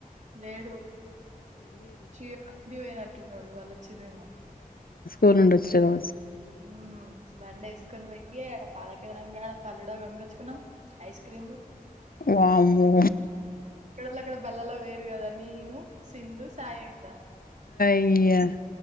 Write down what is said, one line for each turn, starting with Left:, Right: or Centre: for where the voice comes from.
Right: లేడు చింటు ఇంటికి పోయినట్టున్నాడు వాళ్ళ చిరేమో
Left: ఊరినుండి వోచిరేమో
Right: ఉ బండి వేసుకొని పోయ పాల కేంద్రం కాడ పల్లుడా కొగొచ్చుకున్నాం ఐస్ క్రీంలు
Left: వామ్మో
Right: కానీ అక్కడ బల్లలా వయ్యరు కదా నేను సింధు సాయక్కా
Left: ఇయ్య